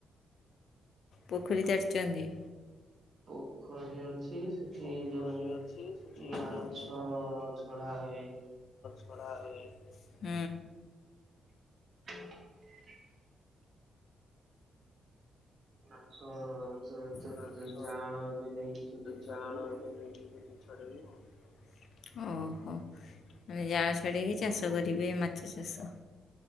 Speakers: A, on the left; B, on the right.
A: ପୋଖରୀ ଚାରିଛନ୍ତି।
B: ପୋଖରୀ ଅଛି। ସେଠି
A: ପୋଖରୀ
B: ଯୋଉ
A: ଅଛି ସେଠି
B: ମାଛ
A: ଯେଉଁ
B: ଝଡା ହୁଏ।
A: ଝଡ଼ା ହୁଏ ହୁଁ।
B: <inaudible> ମାଛ ଯୋଉ ଯୋଉ
A: ମାଛ
B: ଯାଆଁଳ ଏବେ ନେଇକି ସେଠି
A: ଜାଆଁଳ
B: ଛାଡିବୁ
A: ଏବେ <unintelligible> ଓହୋ ମାନେ ଯାଁଳ ଛାଡ଼କି ଚାଷ କରିବେ ମାଛ ଚାଷ।